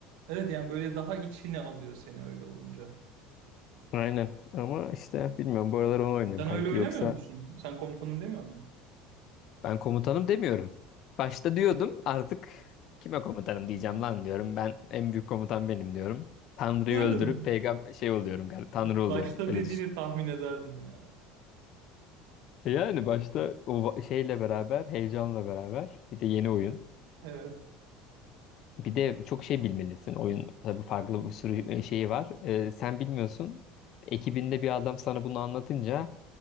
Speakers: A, on the right (about 85°); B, on the left (about 40°).
A: Evet yani böyle daha içine alıyor seni öyle olunca.
B: Aynen. Ama işte bilmiyorum. Bu aralar onu oynuyorum
A: Sen
B: kanki.
A: öyle oynamıyor
B: Yoksa
A: musun? Sen komutanım demiyor musun?
B: Ben komutanım demiyorum. Başta diyordum artık kime komutanım diyeceğim lan diyorum. Ben en büyük komutan benim diyorum. Tanrı'yı
A: Vardım.
B: öldürüp peygamber şey oluyorum galiba. Tanrı
A: Başta
B: oluyorum. Öyle
A: dediğini
B: düşün.
A: tahmin ederdim ya.
B: yani başta o va- şeyle beraber, heyecanla beraber bir de yeni oyun.
A: Evet.
B: Bir de çok şey bilmelisin. Oyun tabii farklı bir sürü e, şeyi var. Ee, sen bilmiyorsun. Ekibinde bir adam sana bunu anlatınca